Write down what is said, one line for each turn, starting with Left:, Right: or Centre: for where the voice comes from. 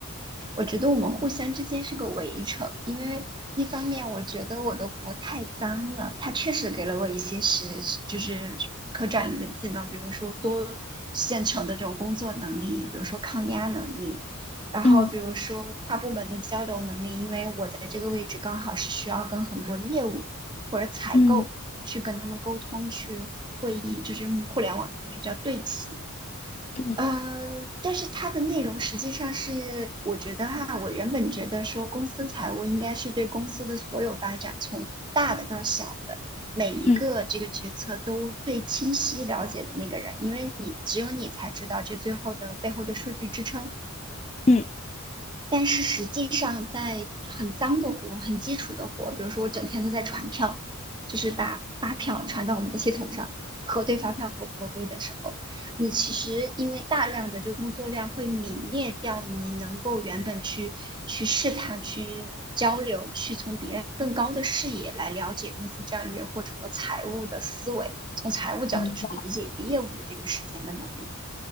Right: 我觉得我们互相之间是个围城，因为一方面我觉得我的活太脏了，它确实给了我一些实，就是可转移的技能，比如说多线程的这种工作能力，比如说抗压能力，然后比如说跨部门的交流能力，
Left: 嗯
Right: 因为我在这个位置刚好是需要跟很多业务或者采购去跟他们沟通，
Left: 嗯
Right: 去会议，就是用互联网的话说叫对齐。
Left: 嗯
Right: 呃，但是它的内容实际上是，我觉得哈，我原本觉得说公司财务应该是对公司的所有发展，从大的到小的，每一个这个决策都最清晰了解的那个人，
Left: 嗯
Right: 因为你只有你才知道这最后的背后的数据支撑。
Left: 嗯
Right: 但是实际上，在很脏的活、很基础的活，比如说我整天都在传票，就是把发票传到我们的系统上，核对发票合不合规的时候，你其实因为大量的这个工作量会泯灭掉你能够原本去去试探、去交流、去从别人更高的视野来了解公司战略或者说财务的思维，从财务角度去理解业务的这个时间跟能力。
Left: 嗯，